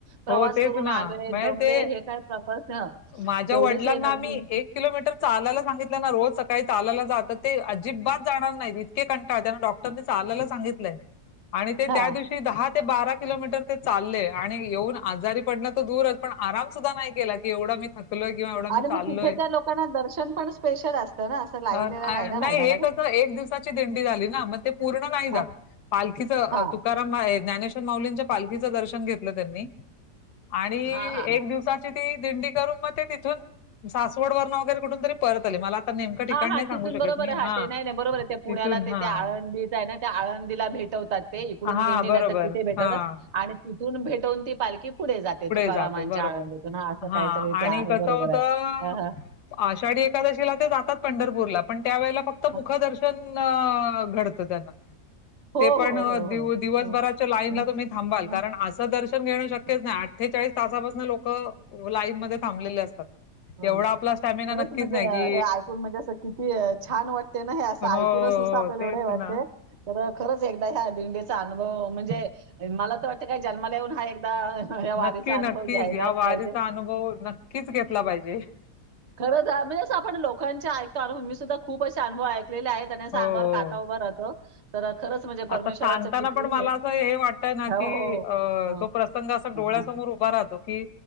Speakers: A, on the right; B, on the left.
A: प्रवास
B: हो तेच
A: करून
B: ना.
A: आलेय
B: म्हणजे
A: दमले,
B: ते
A: हे काय प्रकार ना
B: माझ्या
A: तेवढीच
B: वडिलांना
A: एनर्जी
B: मी किलोमीटर चालायला सांगितलं ना रोज सकाळी चालायला जातात ते अजिबात जाणार इतके कंटाळ, त्यांना डॉक्टरने चालायला सांगितले आणि ते
A: हा
B: त्या दिवशी दहा ते बारा किलोमीटर ते चालले आणि येऊन आजारी पडणं तर दूरच, पण आराम सुद्धा नाही केला की, एवढा मी थकलोय किंवा एवढा मी
A: आणि
B: चाललोय.
A: मग तिथे त्या लोकांना दर्शन पण स्पेशल असतं ना असं लाईनीला
B: ह अं
A: ना
B: नाही
A: राहायला
B: हे
A: लागत
B: कसं एक दिवसाची दिंडी झाली ना, मग ते पूर्ण नाही जात.
A: हा
B: पालखीच,
A: हा
B: तुकाराम हे ज्ञानेश्वर माऊलींच्या पालखीचं दर्शन घेतलं त्यांनी आणि
A: हा हा
B: एक दिवसात ते ती दिंडी करून मग ते तीथून सासवड वरुन वेगेरे कुठुन परत आले, मला नेमकं ठिकाण
A: हा हा
B: नाही सांगू
A: तिथून बरोबर
B: शकत मी.
A: आहे, हा
B: हां,
A: ते नाही नाही बरोबर आहे पुण्याला
B: तिथून
A: ते
B: हां.
A: ते आळंदी ना त्या आळंदीला भेटवतात ते इकडून
B: हां,
A: दिंडीन
B: बरोबर.
A: तर तिथे भेटवतात
B: हां,
A: आणि तिथून भेटवून ती पालखी पुढे जाते तुकारामांच्या
B: जाते बरोबर.
A: आळंदीेतून, हा असं
B: हां
A: काहीतरी ते
B: आणि
A: आहे
B: कसं
A: बरोबर
B: होतं
A: आहे. हा हा
B: आषाढी एकादशीला ते जातात पंढरपूरला, पण त्यावेेळेला फक्त
A: हां.
B: मुखदर्शन घडत त्यांना.
A: हो,
B: ते
A: हो,
B: पण
A: हो,
B: दिवसभराच्या
A: हो. हं,
B: लाईनला
A: हं,
B: तुम्ही थांबाल,
A: हं,
B: कारण असं दर्शन घेणं शक्यच
A: हं,
B: नाही आठ ठेचाळीस तासापासनं लोक लाईन मध्ये थांबलेले असतात.
A: ह
B: एवढा आपला स्टॅमिना
A: खरंच
B: नक्कीच
A: म्हणजे
B: नाही
A: हे
B: कि
A: ऐकून म्हणजे अस किती छान वाटते ना हे अस
B: हो हो
A: ऐकूनच नुसतं आपल्याला
B: तेच
A: एवढं हे वाटतय
B: ना.
A: तर खरंच एकदा ह्या दिंडीचा अनुभव म्हणजे, मला तर वाटतं काय जन्माला येऊन हा एकदा या वारीचा
B: नक्की
A: अनुभव
B: नक्कीच,
A: घ्यायलाच
B: या वारीचा
A: पाहिजे.
B: अनुभव नक्कीच घेतला पाहिजे.
A: खरं म्हणजेच आपण लोकांचे ऐकतो, अनुभव मी सुद्धा खूप असे अुभव ऐकले आहेत आणि असं
B: हो
A: अंगावर
B: हो.
A: का काय उभा राहतो. तर खरंच म्हणजे परमेश्वराचं
B: आता सांगताना
A: किती
B: पण मला असं हे वाटतय ना
A: हो,
B: की अ
A: हो. हो.
B: तो प्रस संग असा
A: हां,
B: डोळ्यासमोर
A: हां.
B: उभा राहतो की,